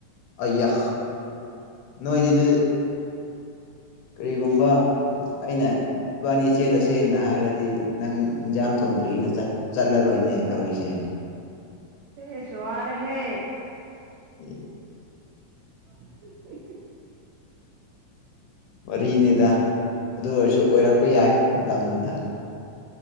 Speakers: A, on the left; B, on the right.
A: ꯑꯌꯥ ꯅꯣꯗꯤꯗꯤ ꯀꯔꯤꯒꯨꯝꯕ ꯑꯩꯅ ꯏꯕꯥꯅꯤ ꯆꯦꯜꯂꯁꯦꯅ ꯍꯥꯏꯔꯗꯤ ꯅꯪ ꯏꯟꯁꯥꯡ ꯊꯣꯡꯗ꯭ꯔ ꯑꯅ ꯆꯠꯂꯔꯣꯏꯅꯦ ꯇꯧꯔꯤꯁꯦ
B: ꯑꯦ ꯁꯔ ꯍꯦ
A: ꯎꯝ
B: <unintelligible>
A: ꯋꯥꯔꯤꯅꯤꯗ ꯑꯗꯨ ꯑꯣꯏꯔꯁꯨ ꯑꯣꯏꯔꯛꯄ ꯌꯥꯏ ꯃꯇꯝꯗꯨꯗ